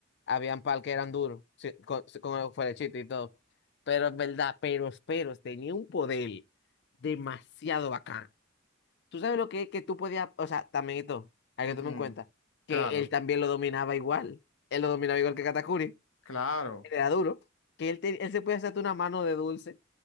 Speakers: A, on the left; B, on the left.
A: Habían pal que eran duros, sí, con, sí, con el fuerechito y todo. Pero en verdad, pero Peros tenía un poder demasiado bacano. ¿Tú sabes lo que es que tú podías, o sea, también esto, hay
B: Ujú.
A: que tomar en cuenta, que
B: Claro,
A: él también lo dominaba igual. Él lo dominaba igual que Katakuri
B: claro.
A: era duro, que él, te- él se puede hacerte una mano de dulce.